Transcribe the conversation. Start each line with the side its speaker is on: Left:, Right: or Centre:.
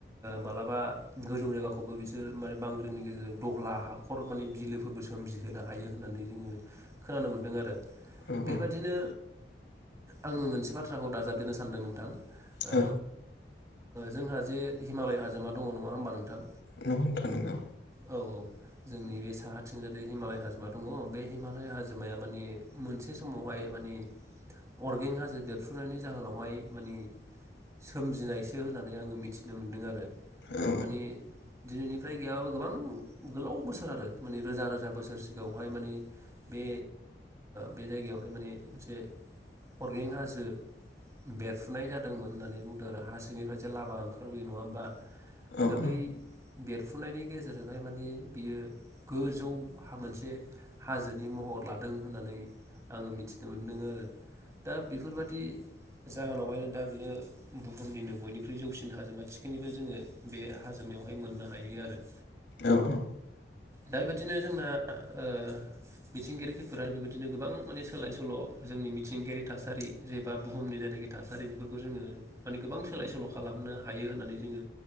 Right: मालाबा गोजौ जायगाखौबो बिसोर माने बांग्रिनि गेजेरजों दहला हाखर माने बिलोफोरबो सोमजिहोनो हायो होननानै जोङो खोनानो मोन्दों आरो
Left: औ
Right: बेबायदिनो
Left: औ
Right: आंङो मोनसे बाथ्राखौ दाजाबदेरनो सानदों नोंथां ओ
Left: औ
Right: जोंहा जे हिमालय हाजोमा दङ नङा होमबा नोंथां
Left: नंगौ नोंथां नंगौ
Right: औ औ जोंनि बे साहाथिंजाय हिमालय हाजोमा दङ बे हिमालय हाजोमाया माने मोनसे समावहाय माने अरगें हाजो देरफ्रुनायनि जाहोनावहाय माने सोमजिनायसो होननानै आंङो मिथिनो मोन्दों आरो
Left: औ
Right: मानि दिनैनिफ्राय गैयाबाबो गोबां गोलाव बोसोर आरो माने रोजा रोजा बोसोर सिगाङावहाय माने बे बे जायगायावहाय माने मोनसे अर्गेंनिक हाजो बेरफुनाय जादोंमोन होननानै बुंदों आरो हाोनिफ्राय जे लालामा ओंखारबोयो नङा होमबा
Left: औ
Right: दाबै
Left: औ
Right: बेरफुनायनि गेजेरजों बे बादि बेयो गोजौ हा मोनसे हाजोनि महर लादों होननानै आंङो मिथिनो मोनदों आरो। दा बेफोरबायदि जाहोनावहाय दा बियो बुहुमनिनो बयनिख्रुइ जौसिन हाजोमा थिखिनिबो जोंङो बे हाजोमायावहाय मोननो हायो आरो
Left: औ औ
Right: दा बेबायदिनोना जोंना ओ मिथिंगायारि खैफोदा बेबायदिनो गोबां माने सोलाय सोल' जोंनि मिथिंगायारि थासारि जेबा बुहुमनि जायनाखि थासारि बेफोरखौ जोंङो माने गोबां सोलाय सोल' खालामनो हायो होननानै जोंङो